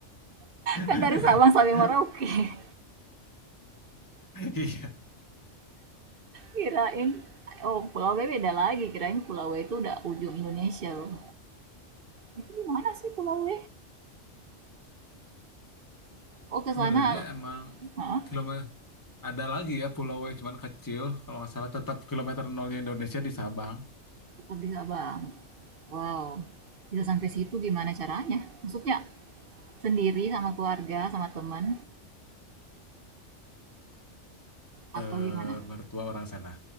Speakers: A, on the left; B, on the right.
A: <laughs>
B: kan dari Sabang sampai Merauke. <laughs>
A: Iya.
B: Kirain oh, Pulau W beda lagi. Kirain Pulau W itu udah ujung Indonesia loh. Itu di mana sih Pulau W? Oh, ke
A: Sebenarnya
B: sana.
A: emang
B: Hah?
A: kilometer ada lagi ya pulau eh, cuman kecil. Kalau nggak salah tetap kilometer nolnya Indonesia di Sabang.
B: Tetap di Sabang. Wow. Bisa sampai situ gimana caranya? Maksudnya sendiri sama keluarga, sama teman atau
A: Eh,
B: gimana?
A: Mertua orang sana.